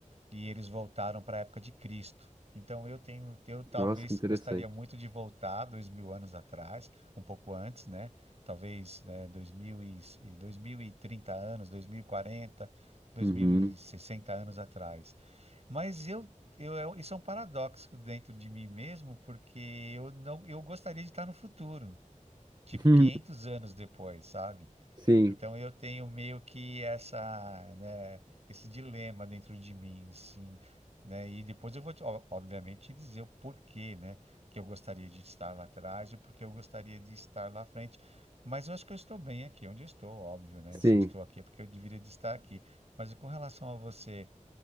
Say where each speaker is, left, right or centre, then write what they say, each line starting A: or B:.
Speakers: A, on the right; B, on the right.
A: e eles voltaram para a época de Cristo. Então eu tenho, eu talvez
B: Nossa, que interessante.
A: gostaria muito de voltar dois mil anos atrás, um pouco antes, né? Talvez né, dois mil e, dois mil e trinta anos, dois mil e quarenta, dois
B: Uhum.
A: mil e sessenta anos atrás. Mas eu, eu, eu- isso é um paradoxo dentro de mim mesmo, porque eu não, eu gostaria de estar no futuro, tipo
B: <laughs>
A: 500 anos depois, sabe?
B: Sim.
A: Então eu tenho meio que essa, né, esse dilema dentro de mim, sim, né? E depois eu vou, te- ó, obviamente, te dizer o porquê, né, que eu gostaria de estar lá atrás e porque eu gostaria de estar lá à frente. Mas eu acho que eu estou bem aqui, onde eu estou, óbvio, né?
B: Sim,
A: Se eu estou aqui é porque eu deveria de estar aqui. Mas e com relação a você,